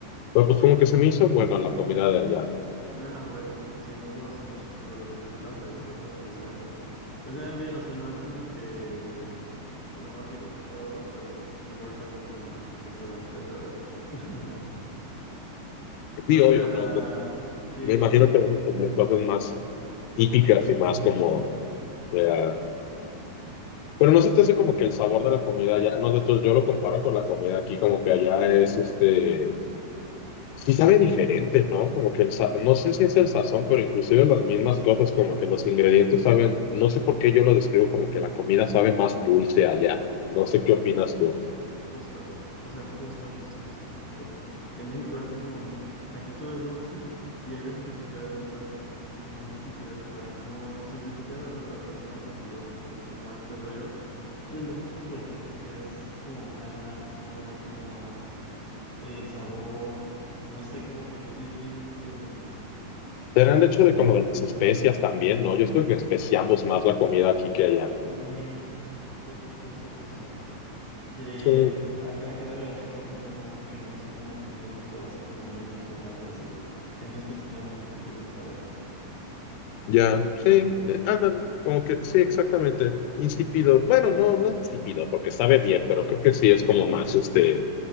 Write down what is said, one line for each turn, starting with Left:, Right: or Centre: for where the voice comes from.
Left: Pero pues como que se me hizo bueno la comida de allá.
Centre: Ah, bueno, sí, no probaste mucho, pero las empanadas y las arepas, pues saben, pues saben bien, o sea, no es como que lo más rico que he probado, pero pues igual tampoco es lo más rico que saben hacer, ¿sabes? <laughs>
Left: Sí,
Centre: O
Left: obvio,
Centre: sea,
Left: ¿no? no
Centre: sí,
Left: Me imagino que deben tener cosas más típicas y más como,
Centre: sí,
Left: o sea, pero no se te hace como que el sabor de la comida ya, no, de todo, yo lo comparo con la comida aquí, como que allá es este, sí sabe diferente, ¿no? Como que el, sa- no sé si es el sazón, pero inclusive las mismas cosas, como que los ingredientes saben, no sé por qué yo lo describo como que la comida sabe más dulce allá. No sé qué opinas tú.
Centre: justo. O sea, justo, justo, justo, justo. En México es como, aquí todo es dulce y hay veces que te saben las cosas como insípidas, o sea, no, sin criticar, ¿verdad? Pero pues están acostumbrados como, como a este rollo. Y en México pues es, es como, hay más sazón, hay como más eh, sabor, no sé, como que sí. O
Left: Será el
Centre: sea,
Left: hecho de como de las especias también, ¿no? Yo creo que especiamos más la comida aquí que allá.
Centre: ujú, Justo, justo, justo. Y
Left: Sí.
Centre: acá, acá de verdad que casi no, que no sazonan la comida, o sea, todo así como muy natural y así. Entonces pues está muy insípido, ¿sabes?
Left: Ya, sí, eh, ándale, como que sí, exactamente, insípido. Bueno, no, no insípido, porque sabe bien, pero creo que sí es como más, este,